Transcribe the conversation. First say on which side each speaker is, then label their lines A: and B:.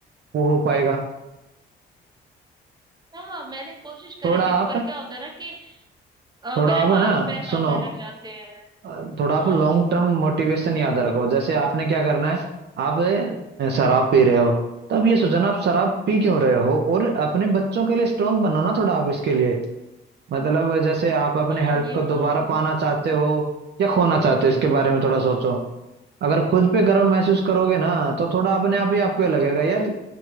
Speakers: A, on the right; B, on the right.
A: वो हो पाएगा
B: हाँ हाँ मैंने कोशिश करी
A: थोड़ा
B: थी
A: आप
B: पर क्या होता है ना कि अ,
A: थोड़ा
B: मेरे
A: आप
B: हाथ
A: है ना
B: पैर कांपने
A: सुनो
B: लग जाते हैं
A: अ, थोड़ा आप
B: हाँ
A: लॉन्ग टर्म मोटिवेशन याद रखो जैसे आपने क्या करना है आप अ, शराब पी रहे हो तो अब ये सोचना आप शराब पी क्यों रहे हो और अपने बच्चों के लिए स्ट्रांग बनना ना थोड़ा आप इसके लिए मतलब जैसे आप अपने
B: हाँ
A: हेल्थ
B: ये
A: को दोबारा
B: बात तो
A: पाना
B: है।
A: चाहते हो या खोना चाहते हो इसके बारे में थोड़ा सोचो अगर खुद पे गर्व महसूस करोगे ना तो थोड़ा अपने आप ही आप पे लगेगा यार